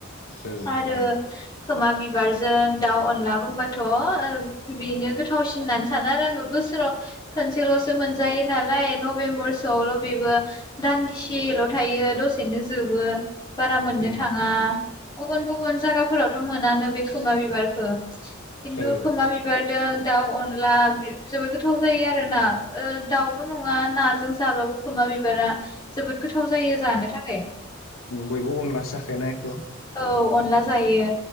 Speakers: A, on the left (about 75°); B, on the left (about 20°).
A: ओ
B: आरो खोमा बिबारजों दाउ अनला बुंबाथ' बेनो गोथावसिन होननानै सानो आरो आङो बाव खसेल' मोन नाल नबेम्बल' बेबो दान्दिसे थायो दसेनो जोबो बारा मोननो
A: उम
B: थाङा गुबुन गुबुन जायगाफोरावथ' मोनानो बे खोमा बिबारखौ। खिन्थु
A: ओ
B: खोमा बिबारदों दाउ अनला जोबोद गोथाव जायो आरो ना दाउल' नङा नाजों जाबाबो खोमा बिबारा जोबोद गोथाव जायो जानो थाखाय
A: बयबो अनलासो जाखायना बेखौ
B: औ अनला जायो